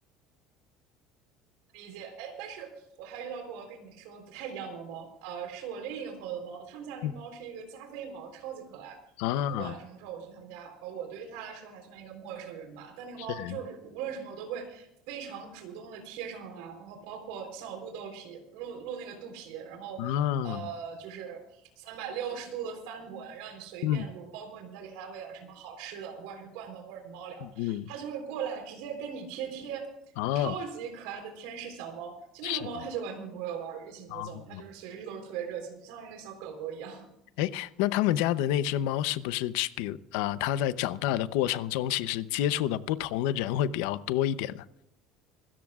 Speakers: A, on the right; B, on the left.
A: 理解，哎，但是我还遇到过跟你说不太一样的猫，呃，是我另一个朋友的猫，他们家那个猫是一个加菲猫，
B: 嗯
A: 超级可爱。
B: 啊，
A: 就不管什么时候我去他们家，呃，我对它来说还算一个陌生人吧，但那个猫就是无论什么时候都会非常主动的贴上来，
B: 是
A: 然后包括像我露豆皮，露露那个肚皮，然后呃，
B: 啊，
A: 就是三百六十度的翻滚，让你随便撸，
B: 嗯
A: 包括你再给它喂点什么好吃的，不管是罐头或者猫粮，
B: 嗯，
A: 它就会过来直接跟你贴贴，
B: 哦，
A: 超级可爱的天使小猫。就那个猫，
B: 是
A: 它就完全不会玩，欲擒故纵，
B: 哦，
A: 它就是随时都是特别热情，就像一个小狗狗一样。<laughs>
B: 哎，那他们家的那只猫是不是吃比如啊、它在长大的过程中，其实接触的不同的人会比较多一点呢？